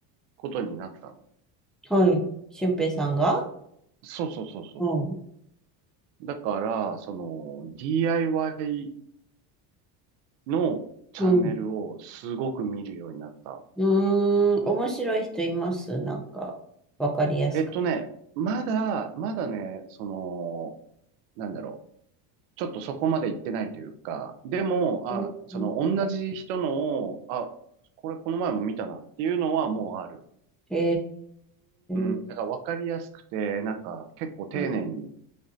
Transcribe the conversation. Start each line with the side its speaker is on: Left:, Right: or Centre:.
Right: ことになったの。
Centre: はい。俊平さんが
Right: そうそうそうそうそ
Centre: おう、
Right: う。だから、その DIY のチャンネルをすごく見るようになった。
Centre: うん。うーん、面白い人いますなんか、わかりやすく。
Right: えっとね、まだ、まだね、その、なんだろちょっとそこまで行ってないというか、でも、
Centre: うん
Right: あ、その同じ人の、あ、これこの前も見たなっていうのはもうある。
Centre: へ
Right: うん。
Centre: ー
Right: だから分かりやすくて、なんか結構丁寧に
Centre: うん